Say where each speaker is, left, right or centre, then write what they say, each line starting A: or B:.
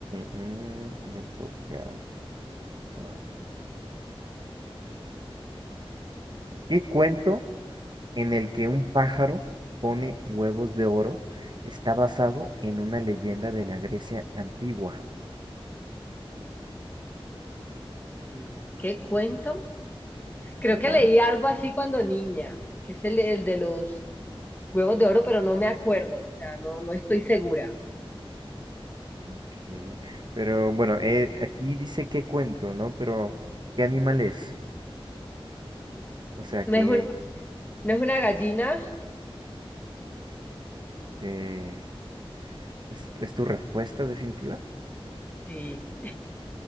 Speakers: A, on the right (about 50°); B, on the left (about 15°).
A: mm, me toca. ah, ¿Qué cuento en el que un pájaro pone huevos de oro está basado en una leyenda de la Grecia antigua?
B: Mm, ¿Qué cuento? Creo
A: Ajá,
B: que leí algo así cuando niña, que es el, el de los huevos de oro, pero no me acuerdo. O sea, no, no estoy segura.
A: ok. Pero bueno, eh, aquí dice qué cuento, ¿no? Pero, ¿qué animal es? O sea,
B: ¿No
A: que...
B: es un, no es una gallina?
A: Eh, ¿es, es tu respuesta definitiva?
B: Sí.